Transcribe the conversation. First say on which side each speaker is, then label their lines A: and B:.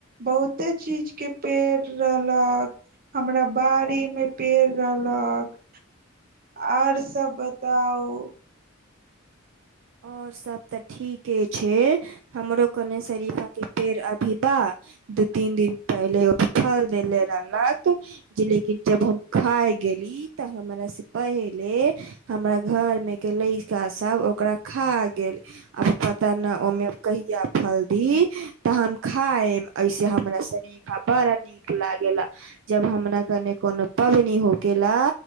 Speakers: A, on the right; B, on the right.
A: बहुते चीज के पेड़ रहलक हमरा बाड़ी मे पेड़ रहलक आर सब बताउ
B: आओर सब तऽ ठीके छै हमरो कने शरीफा के पेड़ अभी बा दू तीन दिन पहिले ओ फल देले रहलक जे लेकिन जब हम खााय गेली तऽ हमरा से पहिले हमरा घर मे गेले के सब ओकरा खा गेल आ पता न ओमे कहिया फलदी ही तऽ हम खा ऐसे हमरा सरीफा बड़ा नीक लागेला जब हमरा कने कोनो पबनी हो गेलेला